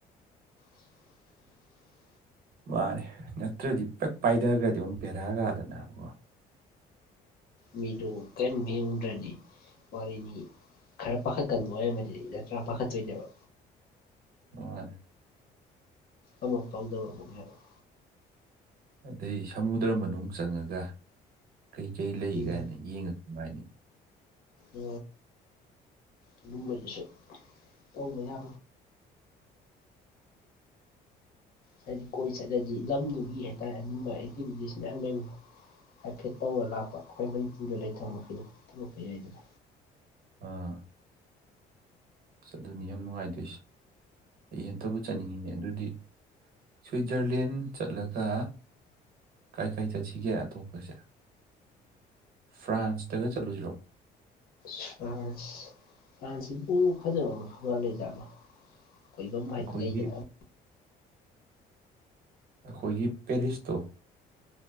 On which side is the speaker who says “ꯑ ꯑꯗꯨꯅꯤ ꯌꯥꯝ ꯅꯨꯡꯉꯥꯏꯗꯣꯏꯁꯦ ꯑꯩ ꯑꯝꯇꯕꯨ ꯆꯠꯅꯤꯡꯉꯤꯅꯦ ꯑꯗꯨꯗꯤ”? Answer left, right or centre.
Right